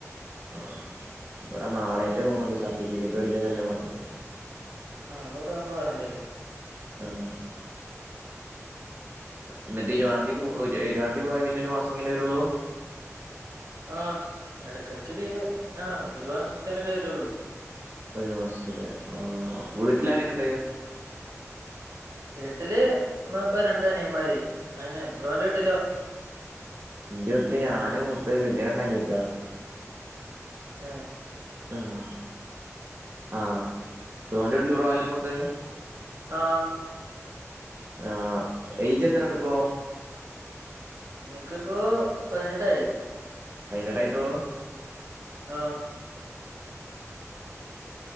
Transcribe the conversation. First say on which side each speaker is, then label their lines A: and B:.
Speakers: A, on the right (about 40°); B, on the right (about 70°).
A: ആഹ് ഇബടെ നാളെറ്റേ തോന്ണ്ട് സർട്ടിഫിക്കറ്റ് വേടിക്കാൻ ചെല്ലാൻ പറഞ്ഞക്ക്ണ്
B: ആഹ് <unintelligible>
A: ആഹ് ഇന്നിട്ട് ഇരുവാന്തി പൂ ഇര് ഇരുവാന്തി പോയാ പിന്നെ ഒരു മാസം കഴിഞ്ഞെ വരുള്ളൂ
B: ആഹ് എടക്കെടക്ക് ലീവ് ആഹ് ഒരു മാസത്തിനൊക്കെ വരുള്ളൂ
A: ഒരു മാസത്തില് ആഹ് വീട്ടിലാരൊക്കെ ഇണ്ട്?
B: ന വീട്ടില് ഉമ്മ ഉപ്പ രണ്ടനിയന്മാര് അതന്നെ ബ്രോന്റെ വീട്ടിലോ?
A: ഇന്റെ വീട്ടില് ഞാനാ മൂത്ത് പിന്നെ രണ്ട് അനിയത്തിയേളാ
B: ആഹ്
A: ആഹ് ആഹ് ബ്രോൻ്റെ വീട്ടില് ബ്രോ അല്ലെ മൂത്തേ
B: ആഹ്
A: ആഹ് ഏയിജ് എത്രണ്ട് ഇപ്പോ?
B: ഇൻക്ക്പ്പോ പതിനെട്ടായി
A: പയിനെട്ടായിട്ടുള്ളൂ
B: ആഹ്